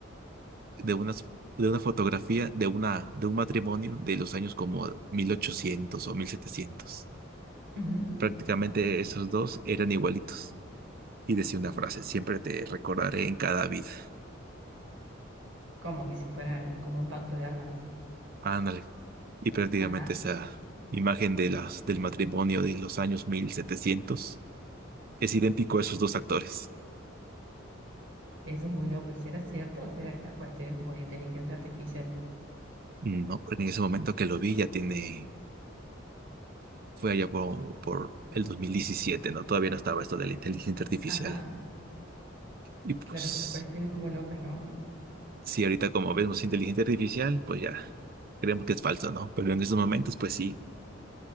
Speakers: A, on the right; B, on the right.
A: de unas de una fotografía de una de un matrimonio de los años como 1800 o 1700.
B: Ujú.
A: Prácticamente esos dos eran igualitos. Y decía una frase, siempre te recordaré en cada vida.
B: Como que si fueran como un pacto de almas.
A: Ándale. Y prácticamente
B: Ajá,
A: esa imagen de las, del matrimonio de los años 1700 es idéntico a esos dos actores.
B: eso es muy loco. ¿Y será cierto o será estas cuestiones como de inteligencia artificial?
A: No, en ese momento que lo vi ya tiene, fue allá por, por el dos mil diecisiete ¿no? Todavía no estaba esto de la inteligencia artificial.
B: Ajá,
A: Y pues,
B: claro, esas cuestiones como locas, ¿no?
A: si ahorita como vemos inteligencia artificial, pues ya creemos que es falso, ¿no? Pero en esos momentos, pues sí,